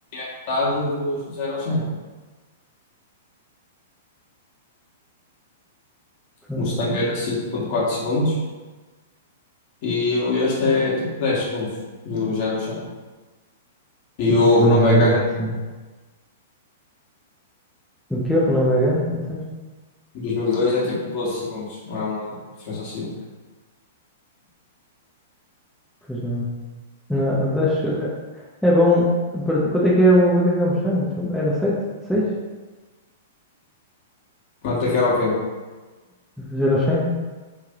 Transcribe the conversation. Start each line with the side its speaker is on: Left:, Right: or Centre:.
Left: metade dos zero aos cem
Centre: Então,
Left: O Mustang era cinco vírgula quatro segundos e o- este é tipo 10 segundos do zero ao cem E
Centre: já- já
Left: o
Centre: Chegou-nos
Left: Renault Megane
Centre: a muito, sim. O que é o Renault Megane? Que disseste?
Left: em 2002 é tipo doze segundos, não é uma diferença assim.
Centre: Pois não. Não, deixa- É é bom. perder- Quanto é que é o, quanto é que é o Mustang? Desculpa, era 7? 6?
Left: Quanto é que era o quê?
Centre: 0 a 100?